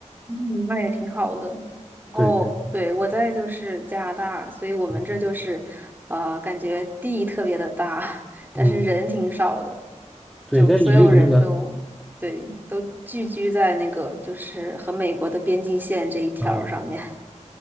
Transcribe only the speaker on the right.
嗯，那也挺好的。然后对，
我在就是加拿大，所以我们这就是呃，
感觉地特别的大，<laughs> 但是人挺少的，
就所有人都对都聚居在那个就是和美国的边境线这一条儿上面。